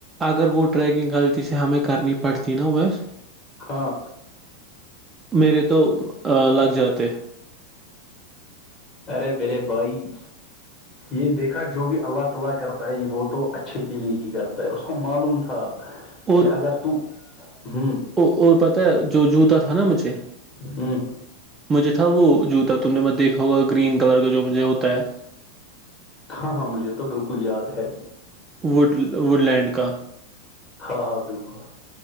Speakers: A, on the right (about 15°); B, on the left (about 30°).
A: اگر وہ ٹریکنگ ہلچ سے ہمیں کرنی پڑتی نا بس
B: ہاں
A: میرے تو لگ جاتے
B: ارے میرے بھائی یہ دیکھا جو بھی اللہ تعالی کرتا ہے یہ وہ تو اچھے کے لیے ہی کرتا ہے اس کو معلوم تھا
A: اور
B: کہہ اگر تو ہمم
A: اور پتا ہے جو جوتا تھا نا مجھے
B: ہمم
A: مجھے تھا وہ جوتا تم نے میں دیکھا ہوگا گرین کلر کا جو مجھے ہوتا ہے
B: ہاں ہاں مجھے تو بالکل یاد ہے
A: وڈ وڈ لینڈ کا
B: ہاں ہاں بالکل